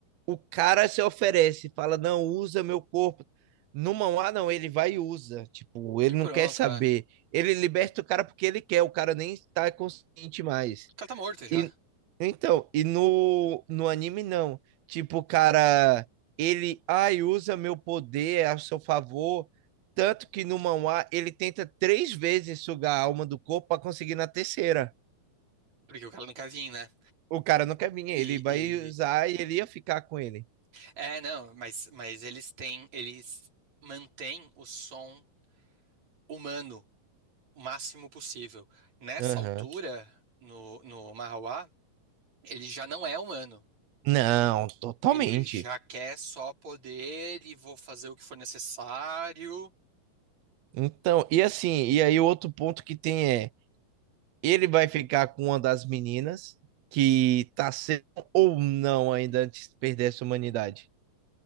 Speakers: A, on the right (about 85°); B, on the right (about 45°).
A: o cara se oferece, fala: Não, usa meu corpo. No mangá, não, ele vai e usa. Tipo, ele
B: E pronto,
A: não quer saber.
B: a-
A: Ele liberta o cara porque ele quer. O cara nem está consciente mais.
B: o cara tá morto já.
A: E, então, e no, no anime não. Tipo, o cara, ele, ai, usa meu poder a seu favor. Tanto que no manhwa ele tenta três vezes sugar a alma do corpo pra conseguir na terceira.
B: Porque o cara não quer vir, né?
A: O cara não quer vir, ele
B: E,
A: vai
B: e-
A: usar e ele ia ficar com ele.
B: É, não, mas, mas eles têm. Eles mantêm o som humano o máximo possível. Nessa
A: Aham.
B: altura, no, no Mahawá, ele já não é humano.
A: Não, totalmente.
B: Ele já quer só poder e vou fazer o que for necessário.
A: Então, e assim, e aí o outro ponto que tem é, ele vai ficar com uma das meninas que tá sendo ou não ainda antes de perder essa humanidade.